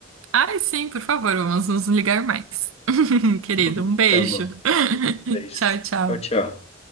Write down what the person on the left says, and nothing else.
<laughs>
Tá bom.
Beijos.
Tchau, tchau.